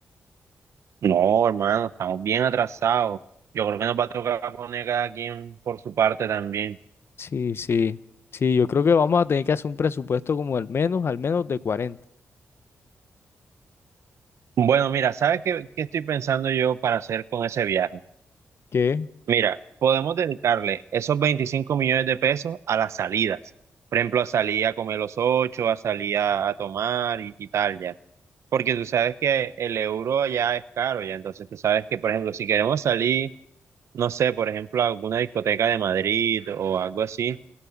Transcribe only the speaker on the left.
Sí, sí. Sí, yo creo que vamos a tener que hacer un presupuesto como al menos, al menos de cuarenta
¿Qué?